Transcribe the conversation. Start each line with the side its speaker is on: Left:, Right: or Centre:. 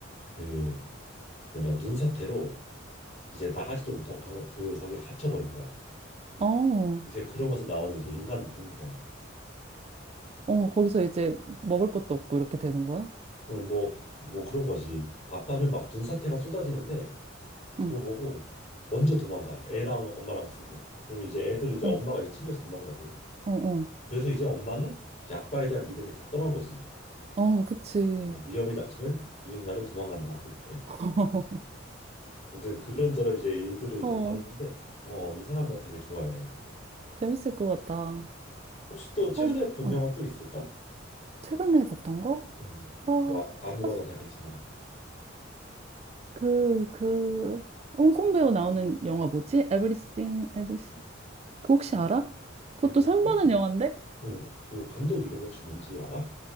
Left: 그 뭐냐 눈사태로 이제 나가지도 못하고 방에 그 거기에 갇혀버린 거야
Right: 어,
Left: 이제 그러면서 나오는 이제 인간 본성
Right: 어, 거기서 이제 먹을 것도 없고 이렇게 되는 거야?
Left: 뭐뭐 뭐 뭐 그런 거지 아빠는 막 눈사태가 쏟아지는데
Right: 응,
Left: 그거 보고 먼저 도망가 애랑 엄마랑 두고 그럼 이제 애들은 이제
Right: 어,
Left: 엄마가 이제 챙겨서 도망가고
Right: 어, 어,
Left: 그래서 이제 엄마는 이제 아빠에 대한 믿음이 다 떠난 거지.
Right: 어, 그치.
Left: 어, 위험이 닥치면 이 인간은 도망간다. 이렇게.
Right: <laughs>
Left: 아무튼 그런저런 이제 일들을 이제
Right: 어,
Left: 다루는데 어, 이 사람 나 되게 좋아해.
Right: 재밌을 것 같다.
Left: 혹시 또 최근에
Right: 어,
Left: 본 영화
Right: 어,
Left: 또 있을까?
Right: 최근에 봤던 거?
Left: 음.
Right: 아,
Left: 뭐 아무거나
Right: 사실,
Left: 다 괜찮아.
Right: 그, 그, 홍콩 배우 나오는 영화 뭐지? Everything, Everything. 그 혹시 알아? 그것도
Left: 에브리띵?
Right: 상 받은 영화인데?
Left: 응. 그 감독 이름이 혹시 뭔지 알아?